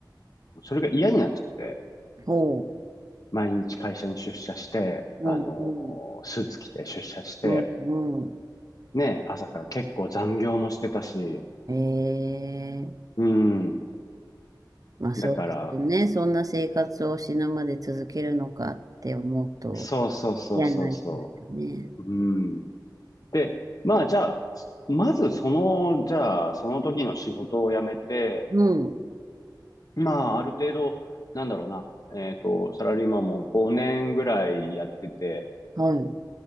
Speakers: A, on the left; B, on the right.
A: それが嫌になっちゃって、
B: ほ
A: 毎日会社に出社して、
B: う。
A: あの、
B: うん。うん。
A: スーツ着て出社して、
B: うん。うん
A: ね、朝から結構残業もしてたし、
B: ええ
A: うん。
B: まあそうですよね。
A: だから、
B: そんな生活を死ぬまで続けるのかって思うと
A: そうそうそうそうそ
B: 嫌になりますよね。
A: う、うん。で、まあじゃあ、まずその、じゃあ、その時の仕事を辞めて、
B: うん。
A: まあある程度、なんだろうな、えっと、サラリーマンも5年ぐらいやってて、
B: はい。